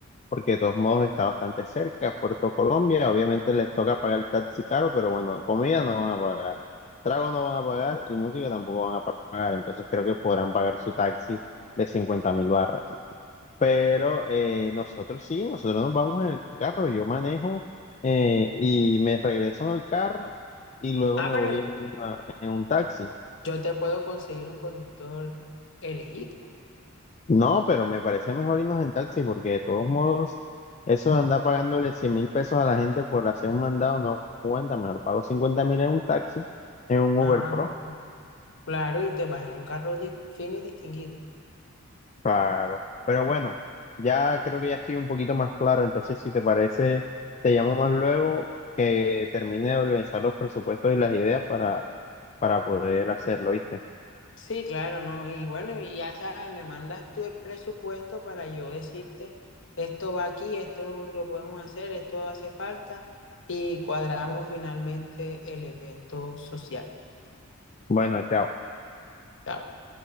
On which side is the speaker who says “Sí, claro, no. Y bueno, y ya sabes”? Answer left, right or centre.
Left